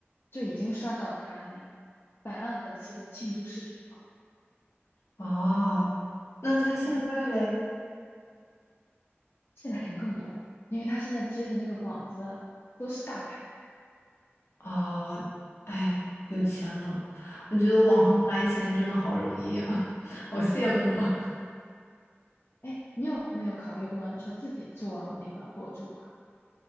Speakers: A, on the left; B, on the left.
A: 就已经刷到他那个百万粉丝的庆祝视频了。
B: 哦，那他现在嘞？
A: 嗯，现在肯定更多了，因为他现在接的那个广子都是大牌。
B: 哦，哎呦，有钱了。我觉得网红来钱真的好容易啊，
A: 嗯，
B: 好羡慕啊。
A: 哎，你有没有考虑过说自己做那个博主啊？